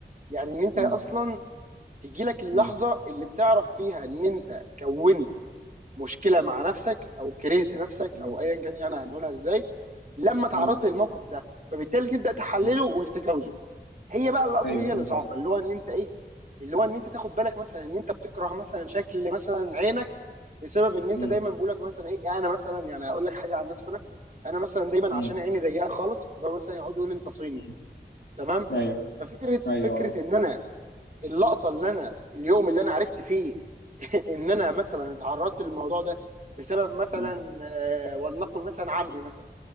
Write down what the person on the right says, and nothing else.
يعني ان انت
اصلا تجيلك اللحظه
اللي بتعرف فيها ان انت كونت مشكله مع نفسك او كرهت نفسك
او ايا كان يعني هنقولها ازاي لما تعرضت
للموقف ده فبالتالي تبدا تحلله
وتتجاوزه هي بقى اللقطه
دي هي
اللي صعبه
اللي هو ان انت ايه اللي هو ان انت تاخد بالك مثلا ان انت بتكره مثلا شكل مثلا عينك بسبب ان انت
دايما بقولك مثلا ايه يعني انا مثلا يعني اقول لك حاجه عن نفسي انا انا مثلا دايما
عشان عيني ضيقه خالص فمثلا يقعدوا يقولوا انت صيني
تمام
ففكره
فكره
ان انا اللقطه اللي انا اليوم اللي انا عرفت فيه <laughs> ان انا مثلا اتعرضت للموضوع ده بسبب مثلا
آه، ولنقل مثلا عمي مثلا